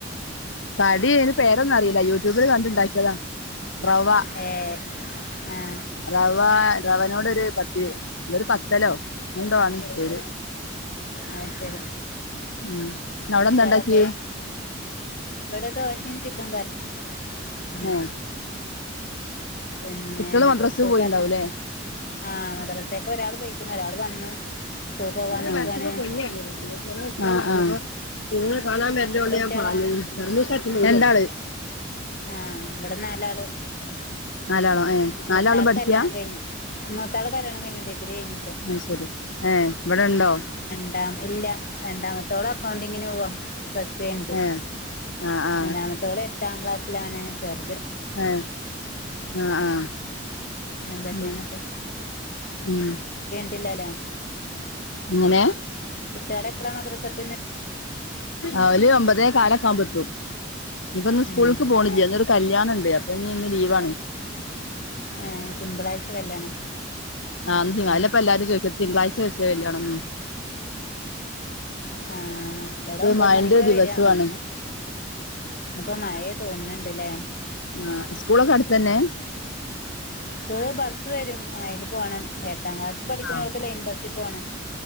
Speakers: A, on the left (about 75°); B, on the left (about 50°).
A: കടിഇതിന് പേരൊന്നും അറിയില്ല യൂട്യൂബില് കണ്ടുണ്ടാക്കിയതാ റവ
B: ഏ ആ
A: റവ റവനോട് ഒരു പത്ത് ഒരു പത്തല്ലോ അങ്ങനെ എന്തോ ആണ് പേര്
B: അത് ശരി
A: മം ഇന്ന് അവിടെന്താ
B: കുട്ടികളൊക്കെ
A: ഉണ്ടാക്കിയേ
B: ഇവിടെ ദോശയും ചിക്കൻ കറി ഉം
A: ഏഹ്
B: പിന്നെ
A: കുട്ടികള്
B: ഇനിയിപ്പോ
A: മദ്രസ
B: സ്കൂൾക്കാരനെ
A: പോയിണ്ടാവൂല്ലേ
B: ആ മദ്ര സെക്ക് ഒരാള് പോയിക്കന്നു ഒരാള് വന്നു സ്കൂൾ പോവാൻ
A: <unintelligible>
B: നിൽക്കുവാണ്
A: കുഞ്ഞായിരുന്നുതോന്നുന്നു മൂത്തവള് <unintelligible> കാണാൻ വരണ്ടോണ്ട്
B: എത്ര കുട്ടികളാ
A: ഞാൻ പറഞ്ഞിരുന്നു രണ്ടാള്
B: ആ ഇവിടെ നാലാള്
A: നാലാളോ ഏ
B: മൂത്താള്
A: നാലാളും പഠിക്കാ
B: കല്യാണം കഴിഞ്ഞു മൂത്താള് കല്യാണം കഴിഞ്ഞു ഡിഗ്രി കഴിഞ്ഞ
A: ആ ശരി ഏ ഇവിടുണ്ടോ
B: രണ്ട ഇല്ല രണ്ടാമത്തോള് അക്കൗണ്ടിങ്ങനെ പോവാ പ്ലസ് ടു കഴിഞ്ഞിട്ട്
A: ഏ ആ ആ
B: മൂന്നാമത്തവള് എട്ടാം ക്ലാസ്സിലാണ് ചേർ
A: അ ആ ആ
B: എന്തൊക്കെയാ
A: ഉം
B: എന്നിട്ട്
A: ഉം
B: പിള്ളേരാ
A: എങ്ങനെയാ
B: കുട്ടികളെ എപ്പളാ മദ്രസക്ക്
A: അവല് ഒമ്പതേകാലൊക്കെ ആമ്പോ എത്തും ഇന്നിപ്പോ ഇന്ന് സ്കൂളിലക്ക്
B: ഉം
A: പോണില്ലേ ഇന്നൊരു കല്യാണമൊ ണ്ട് അപ്പൊ ഇനി ഇന്ന് ലീവാണ്
B: ഏ തിങ്കളാഴ്ച്ച കല്യാണം
A: ആ അജ്
B: ഉം
A: അല്ലപ്പോ എല്ലാരും ചോദിക്കും തിങ്കളാഴ്ച്ച വെച്ചേ കല്യാണന്ന്
B: ആ ഇവിടെ ഒമ്പത്
A: മഴന്റെ
B: മണിക്കാ
A: ദിവസമാണ്
B: റെഡി ആവാന്ന് ഇന്നിപ്പോ മഴയാ തോന്നുന്നുണ്ടല്ലേ
A: ആ സ്കൂളൊക്കെ അടുത്ത് തന്നെ
B: സ്കൂള് ബസ്സ് വരും അതിന് പോകണം എട്ടാം ക്ലാസ് പഠിക്കുന്നവൾക്ക്
A: ആ
B: ലൈൻ ബസ്സിൽ പോകണം